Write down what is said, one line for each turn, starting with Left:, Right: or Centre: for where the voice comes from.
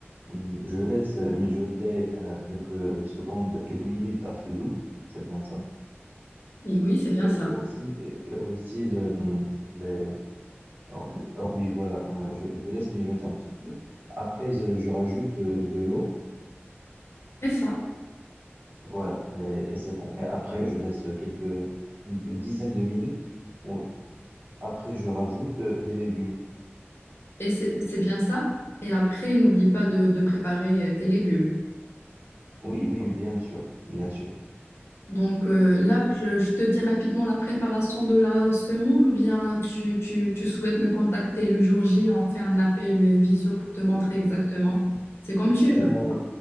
Right: Hum, Je laisse euh, mijoter euh, quelques secondes, quelques minutes à feu doux, c'est bien ça.
Left: Et oui, c'est bien
Right: Et
Left: ça.
Right: aussi, et aussi le, hum, les, oh, les- oh oui, voilà, euh, je, je laisse mijoter un petit peu. Après, je, je rajoute euh, de l'eau
Left: C'est ça.
Right: Voilà, et, et c'est bon. Et après, je laisse quelques, une une dizaine de minutes. On- Après, je rajoute euh, les légumes.
Left: Et c'est c'est bien ça. Et après, n'oublie pas de de préparer euh, tes légumes.
Right: Oui, oui, oui, bien sûr, bien sûr.
Left: Donc euh, là, je, je te dis rapidement la préparation de la semoule ou bien tu, tu, tu souhaites me contacter le jour J, on fait un appel visio pour te montrer exactement. C'est comme tu
Right: Euh,
Left: veux.